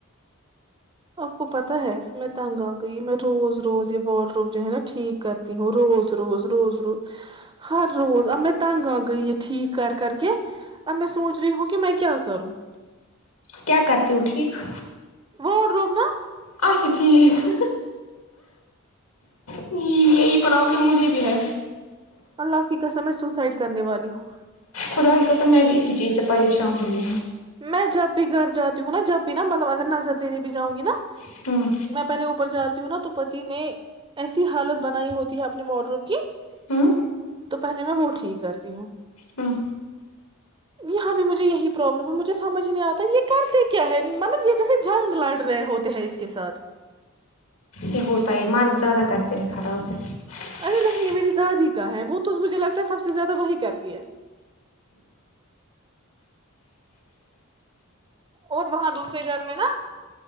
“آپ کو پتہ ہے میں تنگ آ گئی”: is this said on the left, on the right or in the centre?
Right